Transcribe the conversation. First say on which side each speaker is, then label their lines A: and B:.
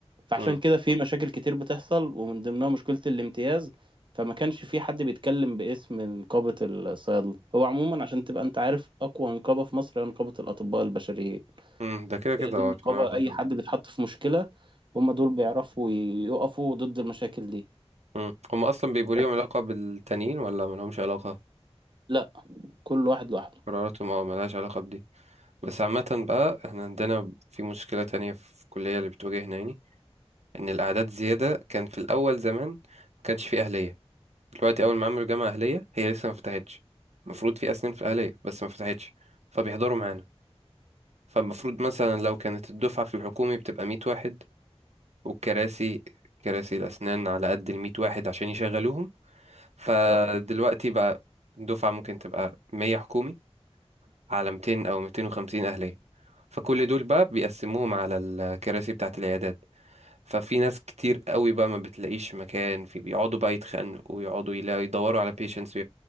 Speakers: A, on the right (about 45°); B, on the right (about 85°).
A: فعشان
B: اوف
A: كده في مشاكل كتير بتحصل ومن ضمنها مشكلة الامتياز فما كانش في حد بيتكلم باسم نقابة الصيادلة هو عموما عشان تبقى انت عارف أقوى نقابة في مصر هي نقابة الأطباء البشريين
B: امم ده كده كده
A: هي
B: اه
A: دي النقابة
B: بيكون عادة
A: أي حد بيتحط في مشكلة هم دول بيعرفوا يقفوا ضد المشاكل دي
B: امم هم اصلا بيبقوا ليهم
A: بس
B: علاقة بالتانيين ولا ملهمش علاقة
A: لا كل واحد لوحده
B: قراراتهم اه ملهاش علاقة بدي بس عامة بقى احنا عندنا في مشكلة تانية في الكلية اللي بتواجهنا يعني ان الاعداد زيادة كان في الاول زمان ما كانش فيه اهلية دلوقتي اول ما عملوا جامعة اهلية هي لسه ما فتحتش المفروض في اسنان في الاهلية بس ما فتحتش فبيحضروا معانا فالمفروض مثلا لو كانت الدفعة في الحكومي بتبقى 100 واحد والكراسي كراسي الأسنان على قد الميت واحد عشان يشغلوهم فدلوقتي
A: بالظبط
B: بقى الدفعة ممكن تبقى 100 حكومي على 200 أو 250 أهلية فكل دول بقى بيقسموهم على الكراسي بتاعة العيادات ففي ناس كتير قوي بقى ما بتلاقيش مكان في بيقعدوا بقى يتخانقوا ويقعدوا يلا يدوروا على بيشنتس